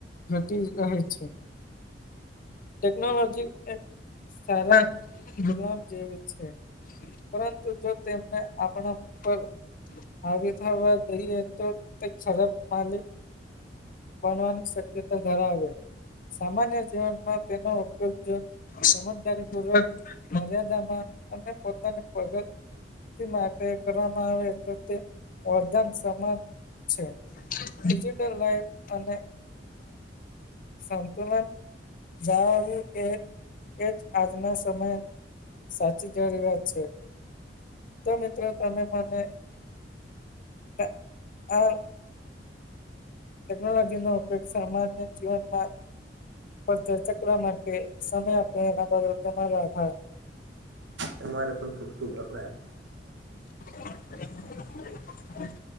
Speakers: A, on the left; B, on the right.
A: ઘટી રહેે છે. ટેકનોલોજી એક સારા ગુલામ જેવી છે. પરંતુ જો તેને આપણા ઉપર- - આવી થવા દઈએ તો તે ખરાબ પાણી- - બનવાની શક્યતા ધરાવે સામાન્ય જીવનમાં- - તેનો ઉપયોગ સમજદારી પૂર્વક- - મર્યાદામાં અને પોતાનું પગ- - તી માટે કરવામાં આવે તો તે વરધાન સમાન- - છે ડિજિટલ <unintelligible> <unintelligible> અને સમતુલન છે. જણાવ્યું એ એજ આજનો સમય- - સાચી <unintelligible> વાત છે તો મિત્રો તમે મને- - ત અ- - ટેકનોલોજી નો ઉપયોગ સામાન્ય જીવનમાં પર ચર્ચા કરવા માટે- - સમય આપે એના બદલ તમારો આભાર.
B: તમારો પણ ખૂબ ખૂબઆભાર.
A: <inaudible>